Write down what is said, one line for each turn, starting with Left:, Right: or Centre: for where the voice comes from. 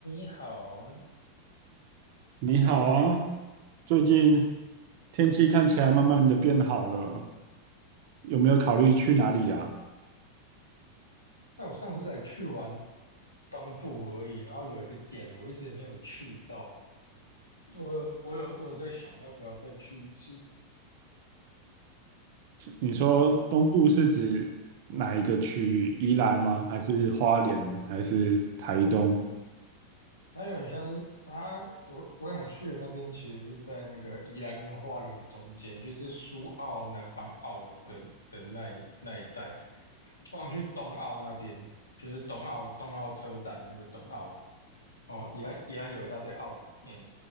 Left: 你好啊，
Right: 你好啊，最近天气看起来慢慢的变好了，有没有考虑去哪里啊？
Left: 那我上次才去完东部而已，然后有一个点我一直没有去到，我有我有我有在想要不要再去一次。
Right: 你说东部是指哪一个区域？宜兰吗？还是花莲？还是台东？
Left: 它有点像是它，我我想去的那边其实是在那个宜兰跟花莲中间，就是苏澳、南方澳的的那一那一带。我想去东澳那边，就是东澳东澳车站的那个东澳。哦，宜兰宜兰有一大堆澳，嗯